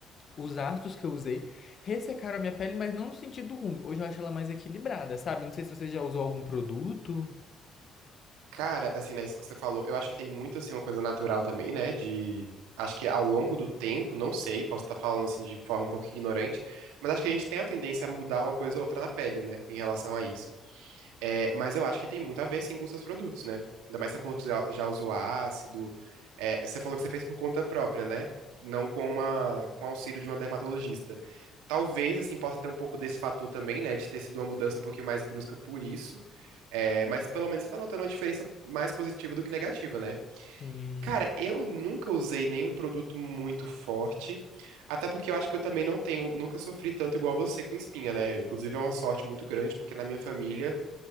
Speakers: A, on the left; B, on the right.
A: os ácidos que eu usei ressecaram a minha pele, mas não no sentido ruim. Hoje eu acho ela mais equilibrada, sabe? Não sei se você já usou algum produto.
B: Cara, assim, né, isso que você falou, eu acho que tem muito, assim, uma coisa natural também, né, de... Acho que ao longo do tempo, não sei, posso estar falando, assim, de forma um pouco ignorante, mas acho que a gente tem a tendência a mudar uma coisa ou outra na pele, né, em relação a isso. É, mas eu acho que tem muito a ver, sim, com seus produtos, né? Ainda mais que você falou que já, já usou ácido, é, você falou que você fez por conta própria, né? Não com uma, com auxílio de uma dermatologista. Talvez, assim, possa ter um pouco desse fator também, né, de ter sido uma mudança um pouquinho mais brusca por isso, é, mas pelo menos você tá notando uma diferença mais positiva do que negativa, né?
A: Sim.
B: Cara, eu nunca usei nenhum produto muito forte, até porque eu acho que eu também não tenho, nunca sofri tanto igual você com espinha, né? Inclusive é uma sorte muito grande, porque na minha família,